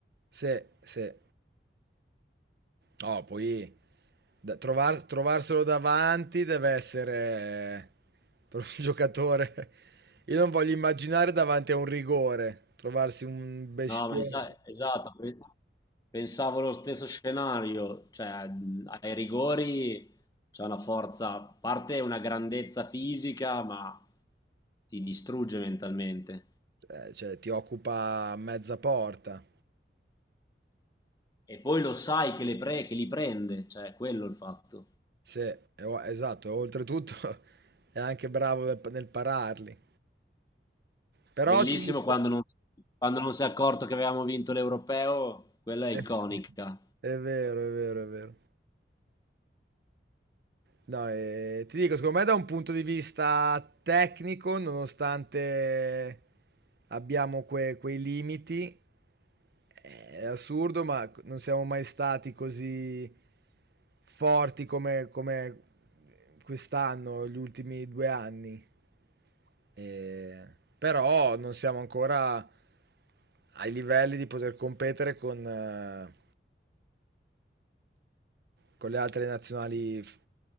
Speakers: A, on the right; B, on the left.
A: Sì, sì. No, poi da- trovar- trovarselo davanti deve essere eh, per un <laughs> giocatore. Io non voglio immaginare davanti a un rigore, trovarsi un bestione,
B: No, ma esa- esatto, pe- pensavo lo stesso scenario, cioè mh, ai rigori c'è una forza, a parte una grandezza fisica, ma ti distrugge mentalmente.
A: eh, cioè ti occupa mezza porta.
B: E poi lo sai che, le pre- che li prende, cioè quello è il fatto.
A: Sì, e o- esatto, e oltretutto <laughs> è anche bravo nel, nel pararli. Però
B: Bellissimo
A: ti dico,
B: quando non, quando non si è accorto che avevamo vinto l'europeo, quella è
A: Es-
B: iconica.
A: È vero, è vero, è vero. No, eh, ti dico, secondo me da un punto di vista tecnico, nonostante abbiamo que- quei limiti, è assurdo, ma c- non siamo mai stati così forti come, come quest'anno, gli ultimi due anni. Eh, però non siamo ancora ai livelli di poter competere con, eh, con le altre nazionali f-